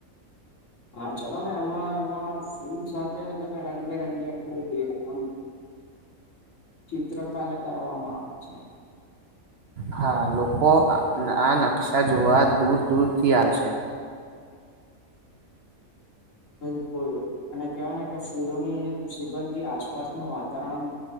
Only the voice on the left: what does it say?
હા ચલો ને એમાં એમાં ફૂલ સાથે હેન રંગબેરંગી ફૂલ દે હું આમ ચિત્ર કલ કરવામાં આવે છે.
બિલકુલ અને કહેવાય ને કે ફૂલોની સુગંધથી આસ આસપાસનું વાતાવરણ